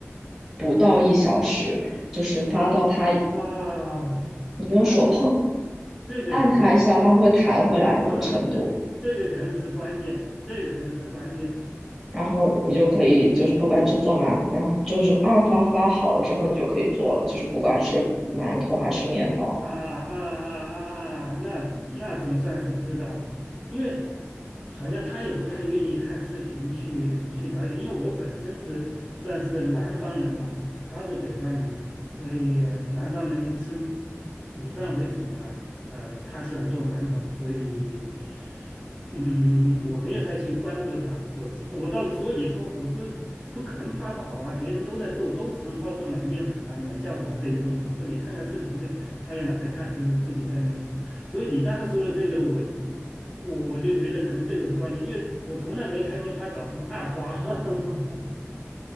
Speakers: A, in the centre; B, on the left (about 15°).
A: 不到一小时，就是发到它你
B: 啊！那这
A: 用手碰
B: 这个可能
A: 按它一下，它会弹回来的程度。
B: 啊，这这个可能是关键，这个可能是关键。
A: 然后你就可以，就是不管你是做馒，然后就是二发发好了之后，你就可以做，就是不管是馒头还是面包。
B: 啊啊啊啊啊！那那总算是知道了，因为好像他也不太愿意看视频去去了解，因为我本身是算是南方人吧，他是北方人呐、所以南方人吃米饭为主嘛，呃，他喜欢做馒头，所以嗯，我没有太去关注他，我记我倒是说，你说我说不可能发不好啊，别人都在做，都是从超市买面粉啊、买酵母啊这些东西。我说你看看视频呗，他也懒得看，就是自己在那传播。所以你刚才说的这个，我我我就觉得可能这个是关键，因为我从来没看见他搞什么二发。<laughs>